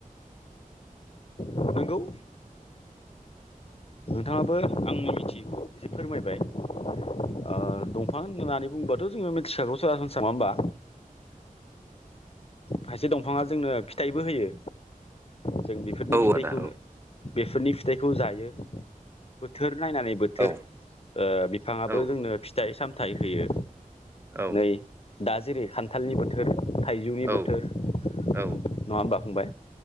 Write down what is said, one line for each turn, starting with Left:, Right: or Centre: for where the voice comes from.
Left: नोंगौ ओ नोंथाङाबो आंनि मिथियैखौ एसे फोरमायबाय। ओ दंफां होननानै बुङोबाथ जोङो मिथिखागौ सरासनस्रा नङा होमबा खायसे दंफाङा जोंनो फिथाइबो होयो। जों बेफोरनि
Right: नामा औ
Left: फिथखौ
Right: आदा औ
Left: बेफोरनि फिथाइखौ जायो। बोथोर नायनानै बोथोर
Right: औ
Left: ओ बिफाङाबो
Right: औ
Left: जोंनो फि सामथाय होयो।
Right: औ
Left: नै दा जेरै खान्थालनि बोथोर। थाइजौनि
Right: औ
Left: बोथोर नङा
Right: औ
Left: होनबा। फंबाय।